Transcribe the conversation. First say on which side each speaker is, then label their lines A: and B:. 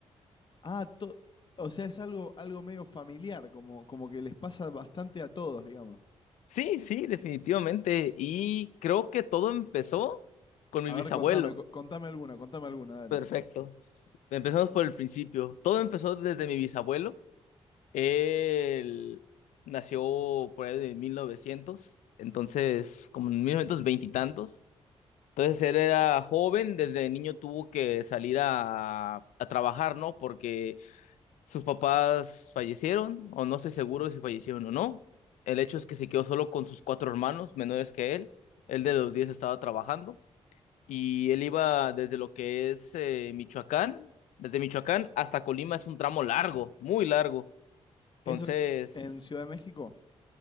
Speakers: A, on the left (about 40°); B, on the left (about 80°).
A: Ah, to- o sea, es algo, algo medio familiar, como, como que les pasa bastante a todos, digamos.
B: Sí, sí, definitivamente. Y creo que todo empezó con mi
A: A
B: bisabuelo.
A: ver, contame, co- contame alguna, contame alguna, dale.
B: Perfecto. Empezamos por el principio. Todo empezó desde mi bisabuelo Él nació por ahí de 1900, entonces como en 1920 y tantos. Entonces él era joven, desde niño tuvo que salir a, a trabajar, ¿no? Porque sus papás fallecieron, o no estoy seguro de si fallecieron o no. El hecho es que se quedó solo con sus cuatro hermanos menores que él. Él de los 10 estaba trabajando y él iba desde lo que es eh, Michoacán, desde Michoacán hasta Colima es un tramo largo, muy largo.
A: ¿Eso
B: Entonces
A: es en Ciudad de México?